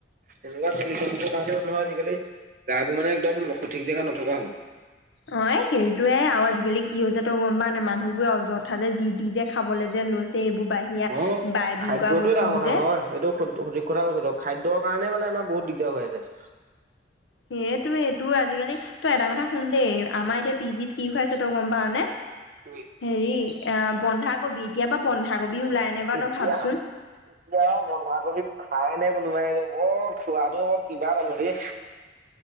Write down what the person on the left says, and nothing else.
অ সেইটোয়ে আৰু আজিকালি কি হৈছে তই গম পাও নে মানুহবোৰ অযথা যে যি দি যে খাবলে যে লৈছে এইবোৰ বাহিৰা
বাইবিং
কৰা বস্তুবোৰ
যে
সেইটোয় এইটো আজিকালি তই এটা কথা শুন দেই আমাৰ এতিয়া পিজিত কি খুৱাইছে তই গম পাৱানে?
হেৰি এ বন্ধাকবি এতিয়া পৰা বন্ধাকবি ওলাই নে বাৰু
তই ভাবচোন